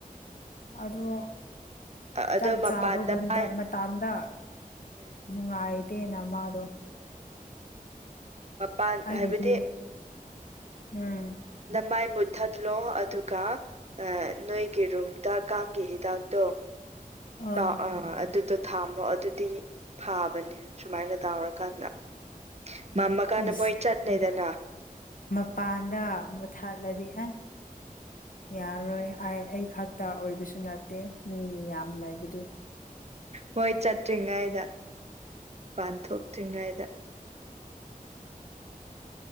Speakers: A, on the left (about 65°); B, on the right (about 45°).
A: ꯑꯗꯣ
B: ꯑꯗꯣ
A: ꯆꯥꯛ
B: ꯃꯄꯥꯟꯗ
A: ꯆꯥꯕꯒꯨꯝꯗ
B: ꯃꯥꯏ
A: ꯃꯇꯥꯝꯗ
B: ꯎꯝ
A: ꯅꯨꯡꯉꯥꯏꯇꯦꯅ ꯃꯥꯗꯣ
B: ꯃꯄꯥꯟ
A: ꯑꯩꯒꯤꯗꯤ
B: ꯍꯥꯏꯕꯗꯤ
A: ꯎꯝ
B: ꯃꯩ ꯃꯨꯠꯊꯠꯂꯣ ꯑꯗꯨꯒ ꯅꯣꯏꯒꯤ ꯔꯨꯝꯗ ꯀꯥꯡꯒꯤ ꯍꯤꯗꯥꯛꯇꯣ
A: ꯑꯥ
B: ꯑ ꯑ ꯑꯗꯨꯗ ꯊꯝꯃꯣ ꯑꯗꯨꯗꯤ ꯐꯥꯕꯅꯤ ꯁꯨꯃꯥꯏꯅ ꯇꯧꯔꯀꯥꯟꯗ ꯃꯝꯃꯥ ꯀꯥꯟꯗ
A: ꯏꯁ
B: ꯃꯣꯏ ꯆꯠꯂ‌ꯦꯗꯅ
A: ꯃꯄꯥꯟꯗ ꯃꯨꯊꯥꯠꯂꯗꯤ ꯎꯝ ꯌꯥꯔꯣꯏ ꯑꯩ ꯈꯛꯇ ꯑꯣꯏꯕꯁꯨ ꯅꯠꯇꯦ ꯃꯤ ꯌꯥꯝ ꯂꯩꯕꯗꯨ
B: ꯃꯣꯏ ꯆꯠꯇ꯭ꯔꯤꯉꯩꯗ ꯃꯄꯥꯟ ꯊꯣꯛꯇ꯭ꯔꯤꯉꯩꯗ
A: <inaudible>